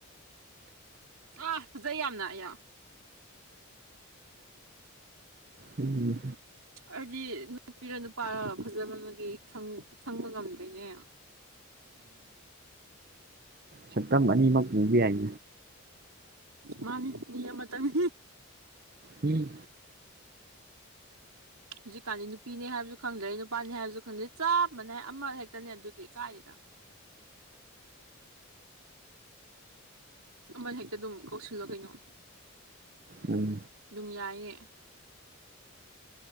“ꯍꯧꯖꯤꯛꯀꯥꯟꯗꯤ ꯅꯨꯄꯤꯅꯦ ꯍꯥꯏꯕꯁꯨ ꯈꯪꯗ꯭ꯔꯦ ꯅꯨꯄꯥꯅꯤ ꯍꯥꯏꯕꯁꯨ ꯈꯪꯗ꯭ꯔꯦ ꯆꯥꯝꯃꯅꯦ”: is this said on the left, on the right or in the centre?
Right